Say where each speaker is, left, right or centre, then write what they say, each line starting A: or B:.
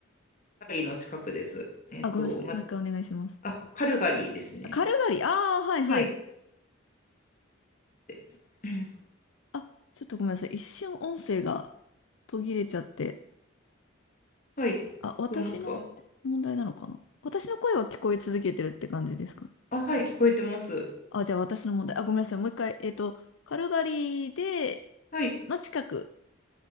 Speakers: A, on the left (about 40°); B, on the left (about 75°).
A: カルガリーの近くです。えっと、
B: あ、ごめんなさい。
A: ま、
B: もう一回お願いします。
A: あ、カルガリーですね。
B: あカルガリー。ああ、はいはい。
A: はい、です。うん
B: あ、ちょっとごめんなさい。一瞬音声が途切れちゃって。
A: はい、聞こえますか
B: あ、私の問題なのかな私の声は聞こえ続けてるって感じですかね。
A: あ、はい、聞こえてます。
B: あ、じゃあ私の問題。あ、ごめんなさい。もう一回。えっと、カルガリーで、
A: はい、
B: の近く